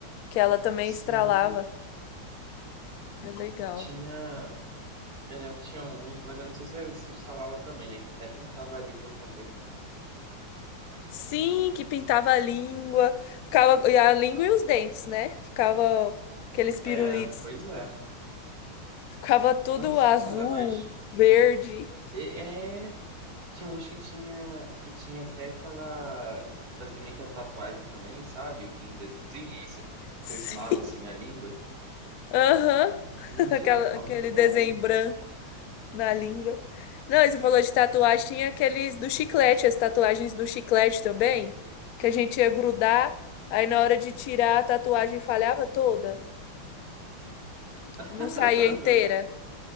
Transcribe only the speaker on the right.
sim,
tinha, eu lembro que tinha uns, mas eu não sei se era esse que instalava também, né, que até pintava a língua também.
É, pois é.
Nossa,
cara, mas
é, é Tinha uns que tinha, que tinha até aquela. Fazia meio que a tatuagem também, sabe? Vinha um desenhozinho, aí você
pressionava assim na língua.
Gente,
era tão
bom.
<laughs>